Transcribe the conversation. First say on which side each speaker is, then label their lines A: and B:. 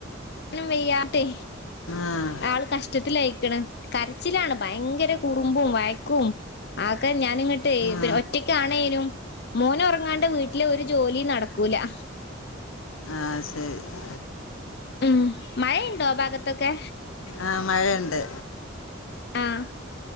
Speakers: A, on the left; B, on the left.
A: നും വെയ്യട്ടെ..
B: ആഹ്
A: ആള് കഷ്ട്ടത്തിലായിക്ക്ണ് കരച്ചിലാണ് ഭയങ്കര കുറുമ്പും വയക്കും. ആക്കെ ഞാനിങ്ങട്ട് ഏ
B: ആ
A: പിന്നെ ഒറ്റക്കാണേനും. മോനൊറങ്ങാണ്ട് വീട്ടിലെ ഒരു ജോലിം നടക്കൂലാ.
B: <unintelligible>
A: ഉം മയയ്ണ്ടോ ആ ഭാഗത്തൊക്കെ?
B: ആഹ് മഴെണ്ട്.
A: ആഹ്